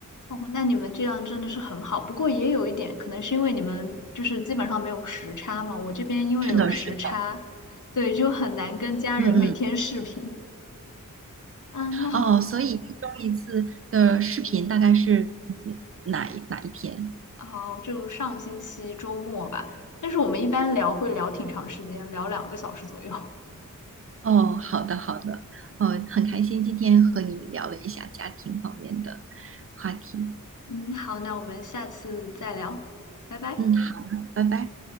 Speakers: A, on the left; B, on the right.
A: 哦，那你们这样真的是很好，不过也有一点，可能是因为你们就是基本上没有时差嘛。我这边因为有时差，
B: 是的，是的，
A: 对，就很难跟家人每天视频。
B: 嗯嗯，
A: 嗯，那好，
B: 哦，所以一周一次的视频大概是嗯哪一哪一天？
A: 好，就上星期周末吧。但是我们一般聊会聊挺长时间，聊两个小时左右。
B: 哦，好的好的，哦，很开心今天和你聊了一下家庭方面的话题。
A: 嗯，好，那我们下次再聊，拜拜。
B: 嗯，好的，拜拜。